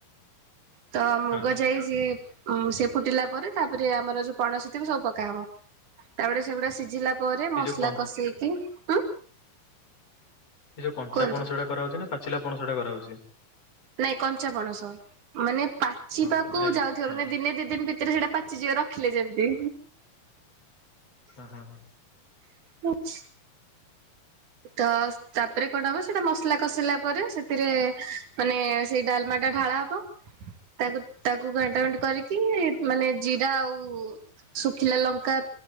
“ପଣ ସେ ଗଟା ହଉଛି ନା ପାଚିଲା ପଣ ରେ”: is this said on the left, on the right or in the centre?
Left